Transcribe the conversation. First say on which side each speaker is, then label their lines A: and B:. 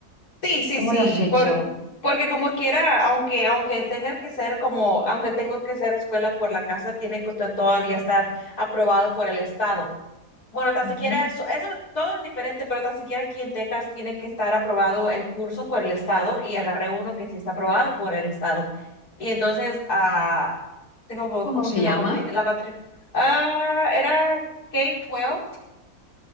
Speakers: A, on the left; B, on the left.
A: Sí, sí,
B: ¿cómo
A: sí,
B: lo has hecho?
A: por, porque como quiera, aunque, aunque tenga que ser como, aunque tengo que ser escuela por la casa, tiene que to- todavía estar aprobado por el estado. Bueno, tan
B: Ujú.
A: siquiera eso, eso todo es diferente, pero tan siquiera aquí en Texas tiene que estar aprobado el curso por el estado y agarré uno que sí está aprobado por el estado. Y entonces, ah, tengo como
B: ¿Cómo
A: como
B: se
A: que es
B: llama?
A: la matriz, la matriz, ah, era K-12,